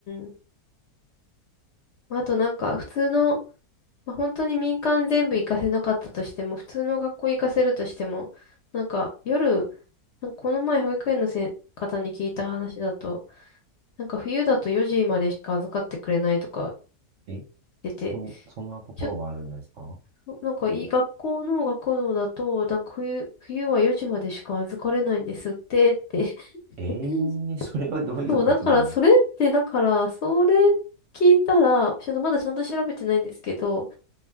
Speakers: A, on the left (about 55°); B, on the right (about 65°).
A: ん。あとなんか、普通の、まあ、本当に民間全部行かせなかったとしても、普通の学校行かせるとしても、なんか夜、なんかこの前保育園のせ方に聞いた話だと、なんか冬だと4時までしか預かってくれないとか
B: え、
A: 出て、
B: そん、そんなところがあるんですか
A: ちょっと、なんかいい学校の学童だと、なんか冬、冬は4時までしか預かれないんですってって
B: ええーそれはどういうことなんですか
A: <laughs> そう、だから、それって、だから、それ聞いたら、ちょっとまだちゃんと調べてないんですけど、